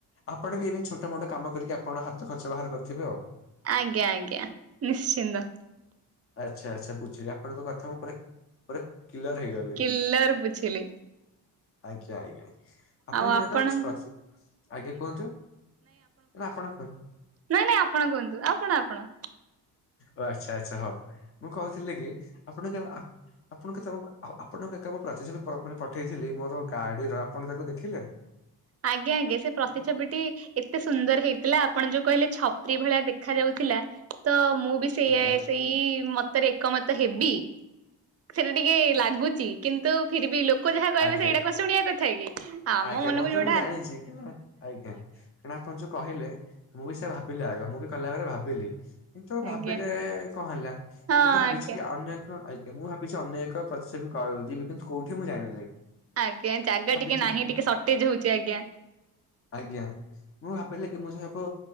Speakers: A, on the left; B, on the right.
A: ଆପଣ ବି ଏମିତି ଛୋଟ ମୋଟ କାମ କରିକି ଆପଣଙ୍କ ହାତ ଖର୍ଚ୍ଚ ବାହାର କରଥିବେ ଆଉ?
B: ଆଜ୍ଞା ଆଜ୍ଞା ନିଶ୍ଚିନ୍ଦ।
A: ଆଚ୍ଛା ଆଚ୍ଛା ବୁଝିଲି ଆପଣଙ୍କ କଥା ମୁଁ ପୁରା- ପୁରା କ୍ଲିୟର ହେଇଗ ଲି।
B: କିଲର ବୁଝିଲି
A: ଆଜ୍ଞା ଆଜ୍ଞା। ଆପଣଙ୍କ
B: ଆଉ ଆପଣ
A: ମେ ଅ ପ୍ରଚୁ। ଆଜ୍ଞା କୁହନ୍ତୁ? ନା ଆପଣ କୁହନ୍ତୁ?
B: ନାଇଁ- ନାଇଁ ଆପଣ କୁହନ୍ତୁ ଆପଣ -ଆପଣ?
A: ଓ ଆଚ୍ଛା ଆଚ୍ଛା ହଉ ମୁଁ କହୁଥିଲି କି ଆପଣ କେବେ ଆ ଆପଣ କେତେ ଆଉ ଆପଣଙ୍କୁ ଏକା ମୁଁ ପ୍ରାଚୀଯ୍ୟ ପେ ଫ୍ର ମାନେ ପଠେଇଥିଲି ମୋର ଗାଡିର ଆପଣ ତାକୁ ଦେଖିଲେ?
B: ଆଜ୍ଞା ଆଜ୍ଞା ସେ ପ୍ରତିଛବିଟି ଏତେ ସୁନ୍ଦର୍ ହେଇଥିଲା ଆପଣ ଯୋଉ କହିଲେ ଛପ୍ରି ଭଳିଆ ଦେଖା ଯାଉଥିଲା। ତ ମୁଁ ବି ସେୟା
A: ଆଜ୍ଞା
B: ସେଇ ମତ ତ ରେ ଏକମତ ହେବି। ସେଟା ଟିକେ ଲାଗୁଚି। କିନ୍ତୁ ଫିର୍ ବି ଲୋକ୍ କ ଯାହା କହିବେ
A: ଆଜ୍ଞା
B: ସେଇଟା କଣ ଶୁଣିବା କଥା କି? ଆମ
A: ଆଜ୍ଞା
B: ମନ
A: ମତେ
B: କୁ ଯୋଉଟ-
A: ମୁଁ ଜାଣିଚି ହେଲା। ଆଜ୍ଞା କାରଣ ଆପଣ ଯୋଉ କହିଲେ ମୁଁ ବି ସେୟା ଭାବିଲି ଆଗ ମୁଁ ବି କଲା ଏଳେ ଭାବିଲି। କିନ୍ତୁ
B: ଆଜ୍ଞା
A: ଭାବିଲେ କଣ ହେଲା।
B: ହଁ
A: ମୁଁ ତ ଭାବିଚି
B: ଆଜ୍ଞା
A: କି ଅନ୍ୟ ଏକ ଆଇ ମୁଁ ଭାବିଚି ଅନ୍ୟ ଏକ ପ୍ରତିଛବି କଉ ଯିବି। କିନ୍ତୁ କୋଉଠି ମୁଁ ଜାଣିନେଇଁ।
B: ଆଜ୍ଞା ଜାଗା ଟିକେ
A: ଚିକି
B: ନାହିଁ ଟିକେ ସର୍ଟେଜ ହଉଛି ଆଜ୍ଞା
A: ଆଜ୍ଞା ମୁଁ ଭାବିଲି ମୋ ସଙ୍ଗ ପୁ